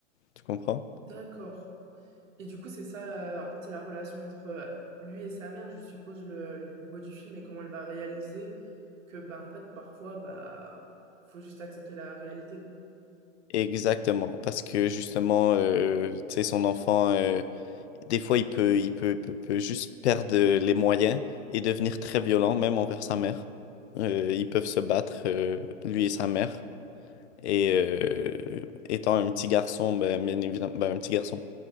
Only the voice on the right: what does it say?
D'accord. Et du coup, c'est ça, euh, en fait, c'est la relation entre euh, lui et sa mère, je suppose, le, le propos du film et comment elle va réaliser que bah en fait parfois bah faut juste accepter la réalité.